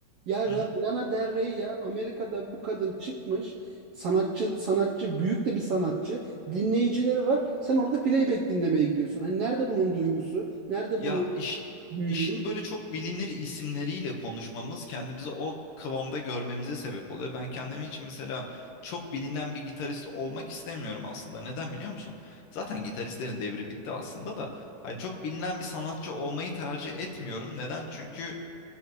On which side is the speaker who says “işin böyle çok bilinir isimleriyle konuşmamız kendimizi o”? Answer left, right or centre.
Left